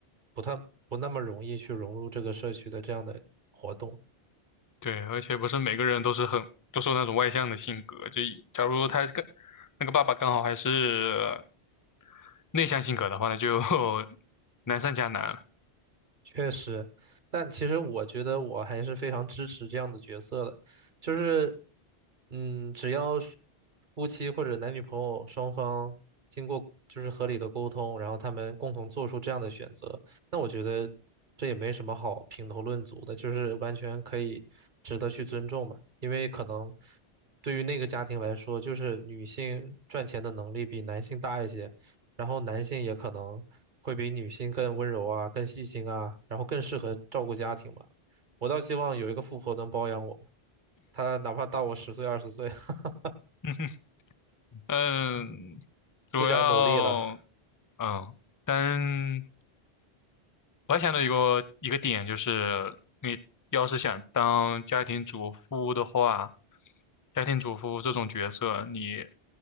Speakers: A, on the right; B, on the left.
A: 不太不那么容易去融入这个社区的这样的活动。
B: 对，而且不是每个人都是很都是那种外向的性格，就以假如他跟那个爸爸刚好还是内向性格的话，那就 <laughs> 难上加难了。
A: 确实，但其实我觉得我还是非常支持这样的角色的，就是，嗯，只要是夫妻或者男女朋友双方经过就是合理的沟通，然后他们共同做出这样的选择，那我觉得这也没什么好评头论足的，就是完全可以值得去尊重嘛，因为可能对于那个家庭来说，就是女性赚钱的能力比男性大一些。然后男性也可能会比女性更温柔啊，更细心啊，然后更适合照顾家庭吧。我倒希望有一个富婆能包养我，她哪怕大我十岁二十岁，<laughs>
B: <laughs> 嗯，主要
A: 不想努力了。
B: 嗯，单我还想到一个一个点，就是你要是想当家庭主妇的话，家庭主妇这种角色，你